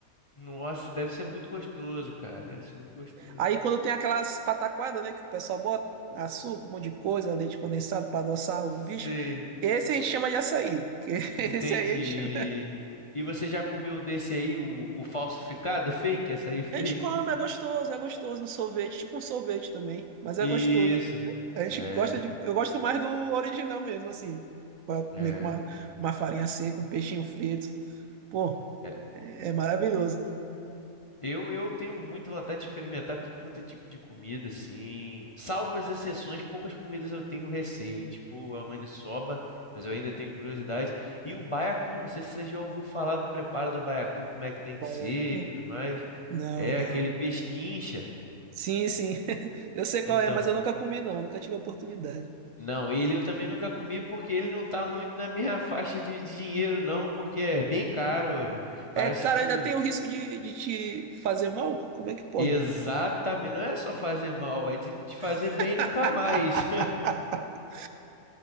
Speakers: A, on the left; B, on the right.
A: Nossa, deve ser muito gostoso, cara. Deve ser muito gostoso.
B: Aí quando tem aquelas pataquadas, né, que o pessoal bota açúcar, um monte de coisa, leite condensado para adoçar o
A: Sei,
B: bicho, esse a gente chama de açaí. que <laughs> Esse
A: entendi.
B: aí a gente, chama-
A: E você já comeu desse aí, o, o falsificado, fake, açaí fake?
B: a gente come, é gostoso, é gostoso, um sorvete, tipo um sorvete também, mas
A: Isso.
B: é gostoso. A gente
A: É,
B: gosta de, eu gosto mais do original mesmo, assim, pra comer
A: é.
B: com uma, uma farinha seca, um peixinho frito. Pô,
A: é.
B: é, é maravilhoso.
A: Eu, eu tenho muita vontade de experimentar tudo quanto é tipo de comida, assim. Salvo as exceções, poucas comidas eu tenho receio, tipo a maniçoba, mas eu ainda tenho curiosidade. E o baiacu, não sei se você já ouviu falar do preparo do baiacu, como é que tem
B: Baiacu?
A: que ser e tudo mais.
B: Não,
A: É
B: não.
A: aquele pesquincha.
B: Sim, sim. <laughs> Eu sei qual
A: Então,
B: é, mas eu nunca comi não, nunca tive a oportunidade.
A: não, ele eu também nunca comi porque ele não tá muito na minha <laughs> faixa de dinheiro, não, porque é bem caro. é. Parece
B: É, cara,
A: que
B: ainda
A: o.
B: tem o risco de, de te fazer mal? Como é que pode?
A: Exatamente, não é só fazer mal, é de não te fazer
B: <laughs>
A: bem nunca mais.